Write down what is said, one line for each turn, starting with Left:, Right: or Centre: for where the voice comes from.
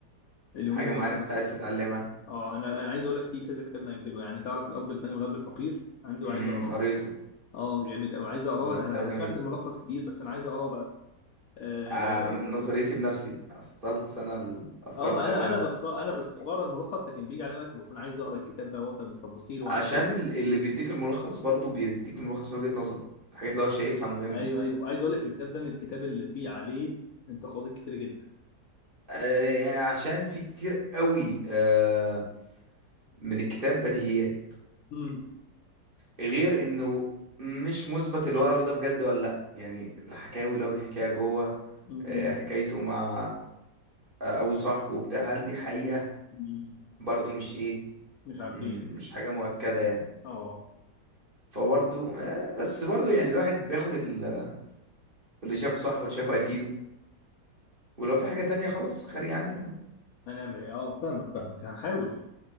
Left: اليومين
Right: حاجة
Left: اللي
Right: معينة
Left: في
Right: كنت عايز تتعلمها
Left: اه انا انا عايز اقول لك في كذا كتاب مأجله يعني تعرف الاب الغني والاب الفقير عنده
Right: امم
Left: عايز اقراه
Right: قريته
Left: اه جامد قوي عايز اقراه
Right: ده كتاب
Left: انا
Right: جميل
Left: سمعت الملخص كتير بس انا عايز اقراه بقى اه
Right: عن نظريتي بنفسي استلخص انا الافكار
Left: آه، ما
Right: بتاعته
Left: انا
Right: بنفسي
Left: انا بست انا بس بقرا الملخص لكن بيجي على وقت بكون عايز اقرا الكتاب بقى وافهم التفاصيل وعشر
Right: عشان
Left: الك-
Right: ال- اللي بيديك الملخص برضو بيديك الملخص من وجهة نظره الحاجات اللي هو شايفها مهمة
Left: ايوه ايوه وعايز اقول لك الكتاب ده من الكتاب اللي فيه عليه انتقادات كتير جدا
Right: آه، عشان في كتير قوي آه، من الكتاب بديهيات
Left: مم.
Right: غير انه مش مثبت اللي هو قاله ده بجد ولا لا يعني الحكاوي اللي هو بيحكيها جوه
Left: مم.
Right: آه، حكايته مع آه، ابو صاحبه بتاع هل دي حقيقة
Left: مم.
Right: برضو مش ايه
Left: مش عارفين
Right: مم، مش حاجة مؤكدة يعني
Left: اه
Right: فبرضو آه، بس برضو يعني الواحد بياخد ال اللي شافه صح واللي شافه هيفيده ولو في حاجة تانية خلاص خارج عني أنا
Left: هنعمل ايه اه فاهمك فاهمك هنحاول